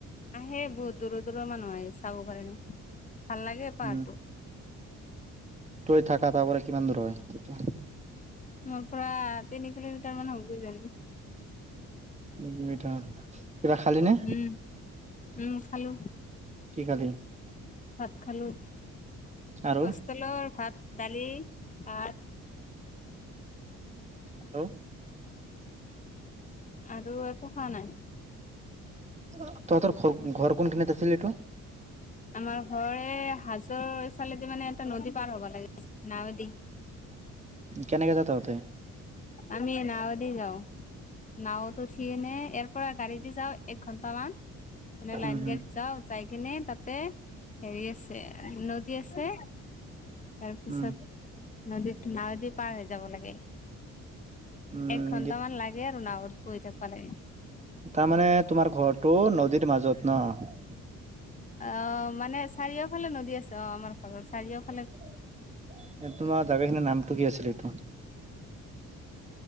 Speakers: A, on the left; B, on the right.
A: আহে বহুত দূৰৰ দূৰৰ মানুহ আহে চাব কাৰণে। ভাললাগে পাহাৰটো।
B: উম তই থাকা তাপৰা কিমান দূৰ হয়?
A: মোৰ পৰা তিনি কিলোমিটাৰমান হ'ব কিজানি।
B: <unintelligible> কিবা খালি নে?
A: উম, উম, খালোঁ।
B: কি খালি?
A: ভাত খালোঁ।
B: আৰু
A: হোষ্টেলৰ ভাত, দালি, আৰ
B: আৰু
A: আৰু একো খোৱা নাই।
B: তহঁতৰ ঘৰ, ঘৰ কোন কিনখিনিত আছিল এইটো?
A: আমাৰ ঘৰে হাজোৰ এইফালেদি মানে এটা নদী পাৰ হ'ব লাগে, নাৱেদি।
B: কেনেকে যা তহঁতে?
A: আমি নাওঁ দি যাওঁ। নাওঁত উঠিকিনে ইয়াৰ পৰা গাড়ী দি যাওঁ, এক ঘণ্টামান, মানে লাইন
B: উম উম
A: গাড়ীত যাওঁ। যাই কিনে তাতে, হেৰি আছে, নদী আছে। তাৰ পিছত
B: উম
A: নদীত নাৱেদী পাৰ হৈ যাব লাগে।
B: উম
A: এক ঘন্টামান লাগে আৰু নাওঁত গৈ থাকবা লাগে।
B: তাৰমানে তোমাৰ ঘৰটো নদীৰ মাজত ন?
A: অ', মানে চাৰিওফালে নদী আছে। অ' আমাৰ ঘৰৰ চাৰিওফ
B: তে তোমাৰ জাগা খিনিৰ নামটো কি আছিল এইটো?